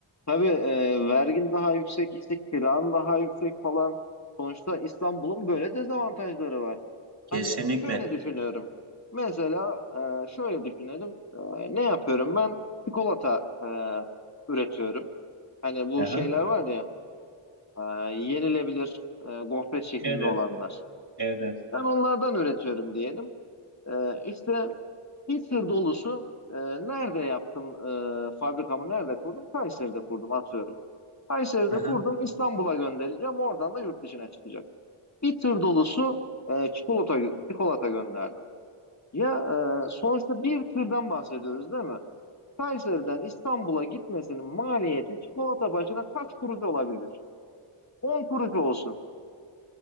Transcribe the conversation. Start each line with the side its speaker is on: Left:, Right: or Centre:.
Left: tabii e, vergin daha yüksek, işte kiran daha yüksek falan. Sonuçta İstanbul'un böyle dezavantajları var.
Right: Kesinlikle.
Left: Hani şöyle düşünüyorum. Mesela e, şöyle düşünelim. E, ne yapıyorum ben? Çikolata e, üretiyorum. Hani bu
Right: Hı hı.
Left: şeyler var ya e, yenilebilir e, gofret şeklinde
Right: Evet, evet,
Left: olanlar.
Right: evet. evet.
Left: Ben onlardan üretiyorum diyelim. E, işte Bir tır dolusu e, nerede yaptım e, fabrikamı nerede kurdum? Kayseri'de kurdum atıyorum. Kayseri'de
Right: Hı hı.
Left: kurdum İstanbul'a göndereceğim oradan da yurt dışına çıkacak. Bir tır dolusu e, çikolata, çikolata gönderdim. Ya e, sonuçta bir tırdan bahsediyoruz değil mi? Kayseri'den İstanbul'a gitmesinin maliyeti çikolata başına kaç kuruş olabilir? on kuruş olsun.